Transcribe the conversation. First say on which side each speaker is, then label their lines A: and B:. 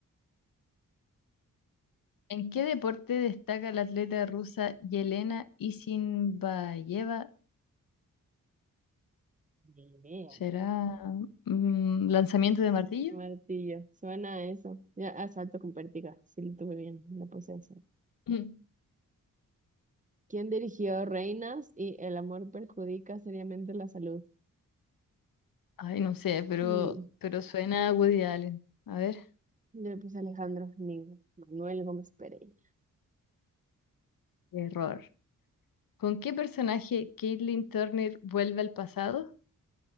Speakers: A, on the left; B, on the right.
A: ¿En qué deporte destaca la atleta rusa Yelena Isinbayeva?
B: Ni idea.
A: ¿Será mm, lanzamiento de martillo?
B: Martillo.
A: <laughs>
B: Suena a eso. Ya, asalto con pértiga. Sí, lo tuve bien. La puse eso.
A: Mm.
B: ¿Quién dirigió Reinas y El amor perjudica seriamente la salud?
A: Ay, no sé, pero,
B: Mm.
A: pero suena a Woody Allen. A ver,
B: Yo le puse Alejandro Ning- Manuel Gómez Pereira.
A: error. ¿Con qué personaje Caitlin Turner vuelve al pasado?